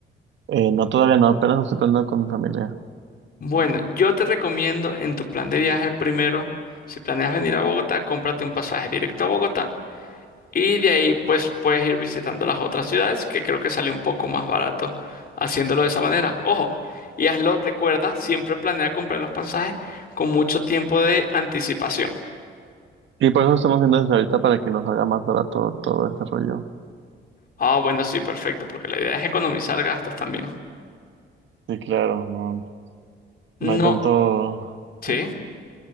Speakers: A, on the right (about 70°); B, on the left (about 50°).
A: Eh, no, todavía no, apenas lo estoy planeando con mi familia.
B: Bueno, yo te recomiendo en tu plan de viaje primero, si planeas venir a Bogotá, cómprate un pasaje directo a Bogotá y de ahí pues puedes ir visitando las otras ciudades que creo que sale un poco más barato haciéndolo de esa manera. Ojo, y hazlo, recuerda, siempre planea comprar los pasajes con mucho tiempo de anticipación.
A: Y por eso estamos haciendo desde ahorita para que nos haga más barato todo este rollo.
B: Ah, bueno, sí, perfecto, porque la idea es economizar gastos también.
A: Sí, claro, no,
B: No,
A: no hay tanto, <laughs>
B: sí.